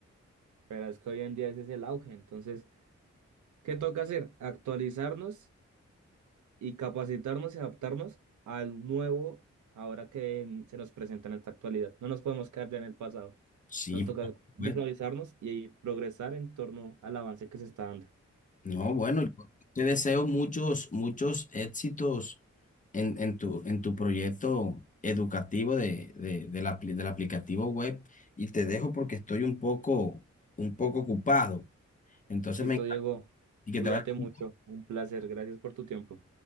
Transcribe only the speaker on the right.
Pero es que hoy en día ese es el auge. Entonces, ¿qué toca hacer? Actualizarnos y capacitarnos y adaptarnos al nuevo ahora que en- se nos presenta en esta actualidad. No nos podemos quedar ya en el pasado.
Nos toca
visualizarnos y progresar en torno al avance que se está dando.
Listo,
Diego.
Cuídate
mucho. Un placer. Gracias por tu tiempo.